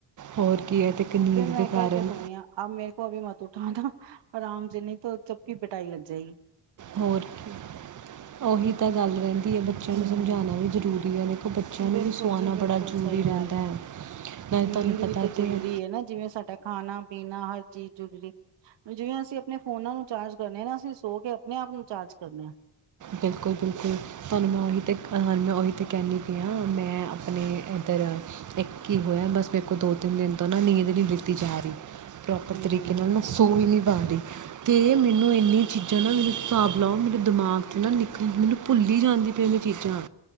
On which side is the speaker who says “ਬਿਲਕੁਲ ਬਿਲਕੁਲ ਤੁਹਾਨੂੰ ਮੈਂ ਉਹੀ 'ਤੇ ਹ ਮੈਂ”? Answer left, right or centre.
Right